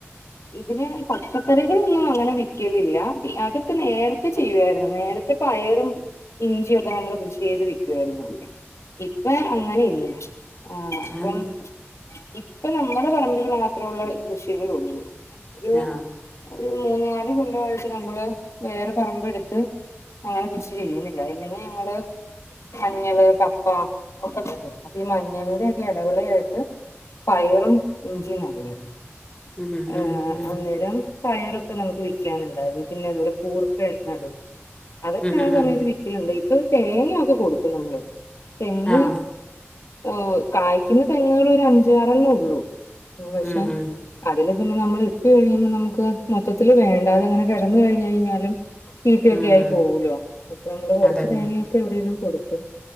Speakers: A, on the left; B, on the left.
A: ഇതിന് പച്ചക്കറികളൊന്നും അങ്ങനെ വിക്കുന്നില്ല അത് നേരത്തെ ചെയ്യുവാരുന്നു നേരത്തെ പയറും ഇഞ്ചിയൊക്കെ നമ്മള് കൃഷി ചെയ്ത് വെക്കുവാരുന്നു ഇപ്പ അങ്ങനെ ഇല്ല ആ ഇപ്പം
B: അത്
A: ഇ ഇപ്പൊ നമ്മുടെ പറമ്പിൽ മാത്രൊള്ള കൃഷികളെ ഒള്ളൂ ഒരു
B: ആ
A: ഒരു മൂന്നാല് കൊല്ലായിട്ട് നമ്മള് വേറെ പറമ്പെടുത്ത് അങ്ങനെ കൃഷി ചെയ്യുന്നില്ല ഇല്ലെങ്കി ഞങ്ങള് മഞ്ഞള് കപ്പ ഒക്കെ കിട്ടും അപ്പ ഈ മഞ്ഞൾന്റെ ഒക്കെ എടവളയായിട്ട് പയറും ഇഞ്ചിയും നല്ലത്
B: ഉം ഉം
A: ഏ
B: ഉം
A: അന്നേരം പയറൊക്കെ നമുക്ക് വിൽക്കാനുണ്ടായിരുന്നു. പിന്നെ നമ്മള് കൂർക നടും അതൊക്കെ
B: ഉം ഉം
A: ആ സമയത്ത്
B: ഉം
A: വി ഒലുണ്ട് ഇപ്പൊ തേങ്ങൊക്കെ കൊടുക്കും നമ്മള്. തെങ്ങ്
B: ആ
A: ഹോ കായ്ക്കുന്ന തെങ്ങുകൾ ഒരു അഞ്ചാറെണ്ണം ഉള്ളൂ. പക്ഷെ
B: ഉം ഉം
A: അതില് പിന്നെ നമ്മള് ഇട്ട് കഴിയുമ്പോ നമുക്ക് മൊത്തത്തില്ൽ വേണ്ട അതെ അങ്ങനെ കിടന്ന് കഴിഞ്ഞ് കഴിഞ്ഞാലും. ചീത്തയൊക്കെ
B: ഉം
A: ആയി
B: ഉം
A: പോകലോ അപ്പൊ നമ്മള് കൊറച്ച്
B: അതന്നെ
A: തേങ്ങയൊക്കെ എവിടെേങ്കിലും കൊടുക്കും.